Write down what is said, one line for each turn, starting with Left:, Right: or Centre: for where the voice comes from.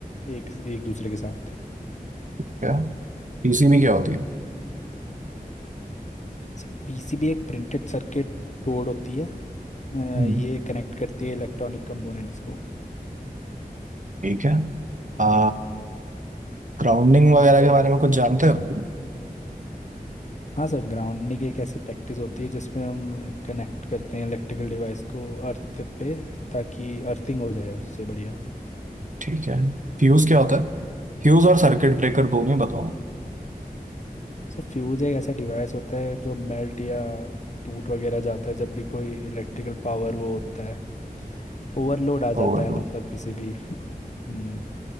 Left: एक एक दूसरे के साथ
Right: ठीक है। पीसी में क्या होती है
Left: सर पीसीबी एक प्रिंटेड सर्किट बोर्ड होती है अ,
Right: हम्म,
Left: ये कनेक्ट करती है इलेक्ट्रॉनिक कंपोनेंट्स को
Right: ठीक है आ ग्राउंडिंग वगैरह के बारे में कुछ जानते हो
Left: हाँ सर ग्राउंडिंग एक ऐसी प्रैक्टिस होती है जिसमें हम कनेक्ट करते हैं इलेक्ट्रिकल डिवाइस को अर्थ पे ताकि अर्थिंग हो जाए उससे बढ़िया
Right: ठीक है फ्यूज क्या होता है फ्यूज और सर्किट ब्रेकर दो में बताओ
Left: सर फ्यूज एक ऐसा डिवाइस होता है जो मेल्ट या टूट वगैरह जाता है जब भी कोई इलेक्ट्रिकल पावर वो होता है ओवरलोड आ जाता
Right: ओवरलोड
Left: है मतलब किसी भी हम्म